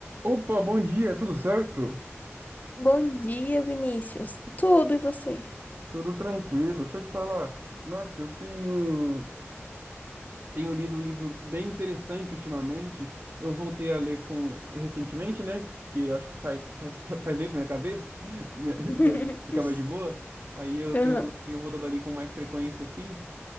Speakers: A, on the right; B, on the left.
A: Opa, bom dia, tudo certo?
B: Bom dia, Vinícius. Tudo e você?
A: Tudo tranquilo. Deixa eu te falar. Nossa, eu tenho tenho lido um livro bem interessante ultimamente. Eu voltei a ler com recentemente, né? Porque eu acho que faz faz, <laughs> faz bem pra minha cabeça. <laughs> Minha,
B: <laughs>
A: minha ficava de boa. Aí eu
B: Aham,
A: tenho tenho voltado ali com mais frequência assim.